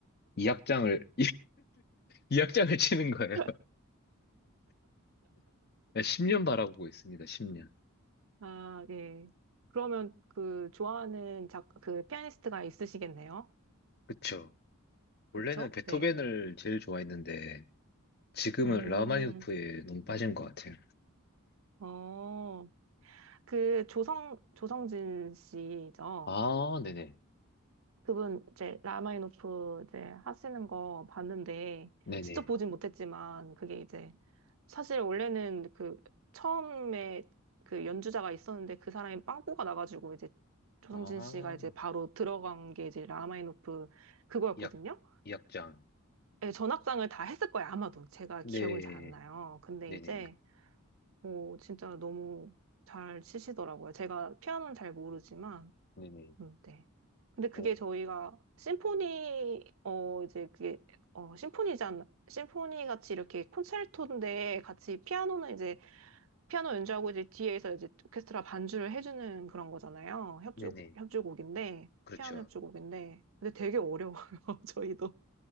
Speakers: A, on the left; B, on the right.
A: 2악장을 2악장을 <laughs> 치는 거예요.
B: <laughs>
A: 네, 10년 바라보고 있습니다. 10년.
B: 아, 예. 그러면 그 좋아하는 작, 그 피아니스트가 있으시겠네요.
A: 그쵸.
B: 그쵸?
A: 원래는 베토벤을
B: 네.
A: 제일 좋아했는데 지금은
B: 음,
A: 라흐마니노프에 너무 빠진 것 같아요.
B: 어. 그 조성 조성진 씨죠.
A: 아, 네네.
B: 그분 이제 라마이노프 이제 하시는 거 봤는데
A: 네네.
B: 직접 보진 못했지만 그게 이제 사실 원래는 그 처음에 그 연주자가 있었는데 그 사람이 빵꾸가 나가지고 이제 조성진
A: 아,
B: 씨가 이제 바로 들어간 게 이제 라마이노프 그거였거든요.
A: 이악 2악장.
B: 예, 전악장을 다 했을 거예요, 아마도. 제가
A: 네.
B: 기억은 잘 안 나요. 근데
A: 네네,
B: 이제 뭐 진짜 너무 잘 치시더라고요. 제가 피아노는 잘 모르지만
A: 네네,
B: 음, 네. 근데 그게
A: 어,
B: 저희가 심포니 어 이제 그게 어 심포니잖아. 심포니 같이 이렇게 콘체르토인데 같이 피아노는 이제 피아노 연주하고 이제 뒤에서 이제 오케스트라 반주를 해주는 그런 거잖아요. 협주곡
A: 네네,
B: 협주곡인데
A: 그렇죠.
B: 피아노 협주곡인데 근데 되게 어려워요. <laughs> 저희도.